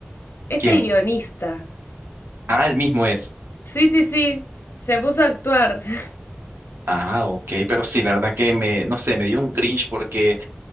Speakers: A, on the left (about 85°); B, on the right (about 85°).
A: Es
B: ¿Quién?
A: el guionista.
B: Ah, el mismo es.
A: Sí, sí, sí. Se puso a actuar. <laughs>
B: Ah, ok, pero sí, la verdad que me, no sé, me dio un cringe porque,